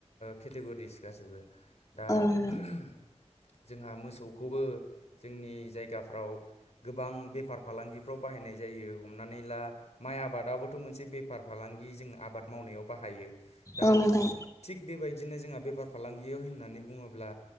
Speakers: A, on the left; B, on the left.
A: केटेगरिस गासैबो दा
B: औ नोंथां
A: <unintelligible> जोंहा मोसौखौबो जोंनि जायगाफ्राव गोबां बेफार फालांगिफ्राव बाहायनाय जायो हमनानै ला माइ आबादाबो मोन बेफार फालांगि ज आब मावनायाव बाहायो दा
B: औ नोंथां
A: थिग बेबायदिनो जोंहा बेफार फालांगियाव होननानै बुङोब्ला